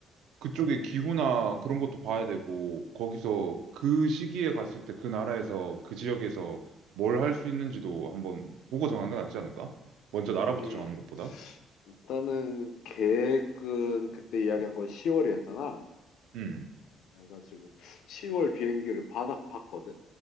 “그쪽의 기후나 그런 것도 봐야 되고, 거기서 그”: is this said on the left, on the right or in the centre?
Right